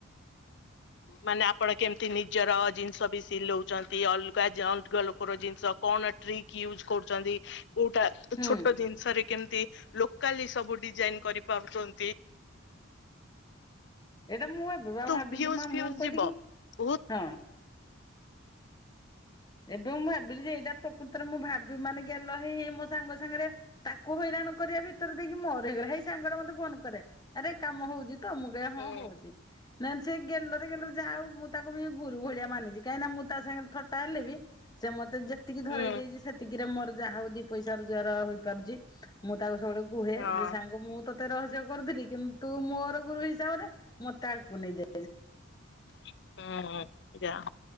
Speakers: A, on the left; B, on the left.
A: ମାନେ ଆପଣ କେମ୍ତି ନିଜର ଜିନିଷ ବି ସିଲୋଉଚନ୍ତି, ଅଲଗା ଜନ୍ ଲୋକର ଜିନିଷ କଣ ଟ୍ରିକ୍ ୟୁଜ୍ କରୁଚନ୍ତି, କୋଉଟା
B: ହୁଁ
A: ଛୋଟ ଜିନିଷରେ କେମିତି ଲୋକାଲି ସବୁ ଡିଜାଇନ କରିପାରୁଛନ୍ତି।
B: ଏଇଟା ମୁଁ ଏବେ ବା
A: ତୁ
B: ଭାବି
A: ଭିୟୁଜ
B: କିନା
A: ଫ୍ୟୁଜ
B: ମୁଁ କହିଲି
A: ଯିବ
B: କି
A: ବହୁତ
B: ହଁ। ଏବେ ମୁଁ ଭାବିଲି ଯେ ଏଇଟା ପ୍ରକୃତରେ ମୁଁ ଭାବି ମାନେ ଗେଲ ହେଇ ହେଇ ମୋ ସାଙ୍ଗ ସାଙ୍ଗରେ। ତାକୁ ହଇରାଣ କରିବା ଭିତରେ ଦେଇକି ମୋର ହେଇଗଲା ହେଇ ସାଙ୍ଗଟା ମତେ ଫୋନ କରେ ଆରେ କାମ ହଉଛି ତ ମୁଁ। ଏବେ ହଁ
A: ହୁଁ
B: ହଉଛି। ନାଇ ସେ ଗେଲରେ ଗେଲରେ ଯାହା ହଉ ମୁଁ ତାକୁ ବି ଗୁରୁ ଭଳିଆ ମାନିଛି କାହିଁକିନା ମୁଁ ତା ସାଙ୍ଗରେ ଥଟ ହେଲେ ବି। ସେ ମତେ ଯେତିକି
A: ହୁଁ
B: ଧରେଇ ଦେଇଛି ସେତିକିରେ ମୋର। ଯାହା ହଉ ଦି ପଇସା ରୋଜଗାର ହୋଇପାରୁଛି ମୁଁ ତାକୁ ସବୁବେଳେ କୁହେ
A: ହଁ।
B: ଯେ ସାଙ୍ଗ ମୁଁ ତ ତତେ ରହସ୍ୟ କରୁଥିଲି କିନ୍ତୁ ତୁ ମୋର ଗୁରୁ ହିସାବରେ ମତେ ଆଗକୁ ନେଇଯାଏ।
A: ହୁଁ ହ ଯା